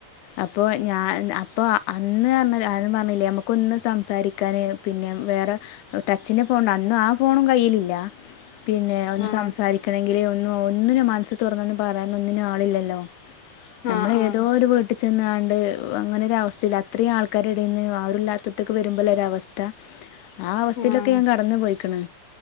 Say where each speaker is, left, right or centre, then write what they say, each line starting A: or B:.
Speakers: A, on the left; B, on the left.
A: അപ്പോ ഞാൻ അപ്പൊ അന്ന് <unintelligible> ഞാൻ പറഞ്ഞില്ലെ നമുക്കൊന്ന് സംസാരിക്കാന് പിന്നെ വേറെ ടച്ചിന്റെ ഫോൺ അന്നും ആ ഫോണും കയ്യിലില്ല. പിന്നെ ഒന്ന്
B: ആഹ്
A: സംസാരി ക്കണെങ്കില് ഒന്ന് ഒന്നിനു മനസ്സ് തുറന്നൊന്ന് പറയാനൊന്നിനും ആളില്ലല്ലോ നമ്മളെ
B: ആഹ് ആഹ്
A: ഏ ഒരു വീട്ടി ചെന്നാണ്ട് അങ്ങനൊരു അവസ്ഥയില അത്രയും ആൾക്കാര്ടെടേന്ന് ആരുല്ലാത്തത്തക്ക്‌ വരുമ്പോള്ള ഒരു അവസ്ഥ ആ അവസ്ഥയിലൊക്കെ
B: ആഹ്
A: ഞാൻ കടന്നു പോയിക്കണ്.